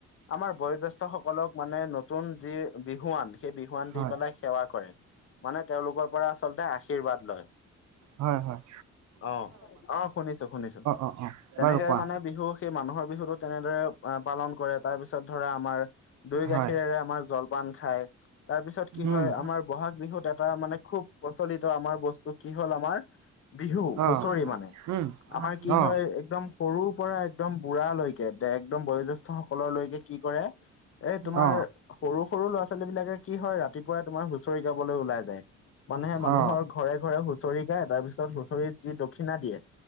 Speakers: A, on the left; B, on the right.
A: আমাৰ বয়োজ্যেষ্ঠ সকলক মানে নতুন যি বিহুৱান সেই বিহুৱান
B: হয়
A: দি পেলাই সেৱা কৰে মানে তেওঁলোকৰ পৰা আচলতে আশীৰ্বাদ লয়।
B: হয়-হয়।
A: অ'-অ' শুনিছোঁ-শুনিছো‍ঁ।
B: অ অ
A: তেনেকে
B: বাৰু কোৱা
A: মানে বিহু সেই মানুহৰ বিহুতটো তেনেদৰে পালন কৰে। তাৰপিছত ধৰা আমাৰ দৈ গাখীৰেৰে
B: হয়
A: আমাৰ জলপান খায়। তাৰপিছত কি
B: উম
A: হয় আমাৰ ব'হাগ বিহুত এটা মানে খুব প্ৰচলিত আমাৰ বস্তু কি হ'ল আমাৰ বিহু, হুচৰি
B: অ
A: মানে
B: উম
A: আমাৰ কি
B: অ
A: হয় একদম সৰু পৰা একদম বুঢ়া লৈ লৈকে একদম বয়োজ্যেষ্ঠ সকলৰলৈকে কি কৰে এই তোমাৰ
B: অ
A: সৰু-সৰু ল'ৰা-ছোৱালী বিলাকে কি হয় ৰাতিপুৱাই তোমাৰ হুঁচৰি গাবলৈ ওলাই যায় মানে মানুহৰ
B: অ
A: ঘৰে-ঘৰে হুচৰি গায় তাৰ পিছ তাত হুঁচৰিত যি দক্ষিণা দিয়ে